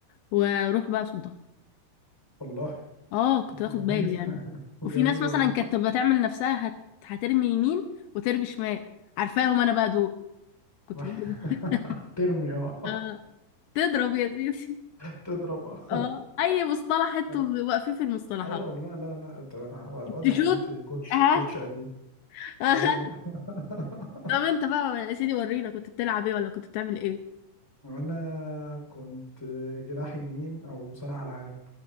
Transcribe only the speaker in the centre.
والله <laughs>
جميل
<laughs> جميل
والله
راح
ترمي اه
<laughs> تضرب اه
<laughs>
ايوه لا لا لا انت انا واضح
ان انت كوتش
كوتش قديم
ايوه أيوة. <laughs>
وانا كنت جناح يمين او صانع العاب